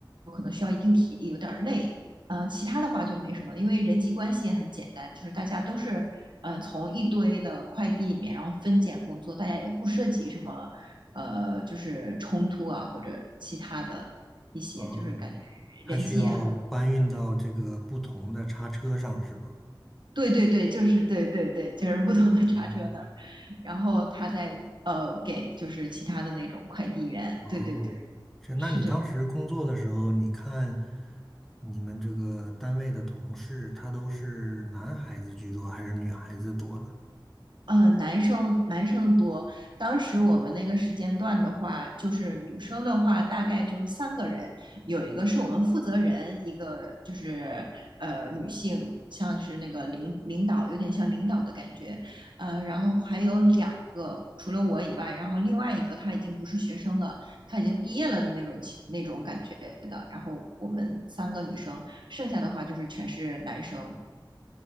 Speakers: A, on the right (about 70°); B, in the centre.
A: 可能需要一定体力，有点儿累。呃，其他的话就没什么，因为人际关系也很简单，就是大家都是呃从一堆的快递里面，然后分拣工作，大家也不涉及什么呃就是冲突啊或者其他的一些，
B: 啊，
A: 就是感觉人际也很
B: 它需要搬运到这个不同的叉车上是吗？
A: 对对对，就是对对对，就是不同的叉车那儿，
B: 哦
A: 然后他在呃给就是其他的那种快递员，
B: 哦，
A: 对对对，
B: 这那你当时工作的时候，
A: 是这样。
B: 你看你们这个单位的同事，他都是男孩子居多还是女孩子多呢？
A: 呃，男生男生多。当时我们那个时间段的话，就是女生的话，大概就是三个人，有一个是我们负责人，一个就是呃女性，像是那个领领导，有点像领导的感觉。呃，然后还有两个，除了我以外，然后另外一个他已经不是学生了，他已经毕业了的那种情那种感觉的。然后我们三个女生，剩下的话就是全是男生。